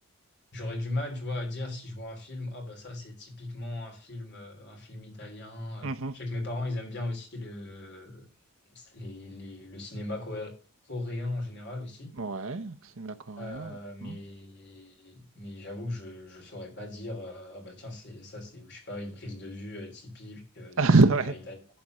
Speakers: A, on the left; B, on the right.
A: j'aurais du mal, tu vois, à dire si je vois un film, ah bah ça, c'est typiquement un film, euh, un film italien.
B: mmh
A: euh.
B: mh.
A: Je sais que mes parents, ils aiment bien aussi le, les, les- le cinéma coré- coréen en général aussi.
B: Ouais, cinéma coréen.
A: Euh, mais
B: Mmh.
A: mais j'avoue que je je saurais pas dire euh, ah bah tiens c'est ça c'est je sais pas une prise de vue euh, typique euh, du
B: <laughs>
A: cinéma
B: Ouais,
A: italien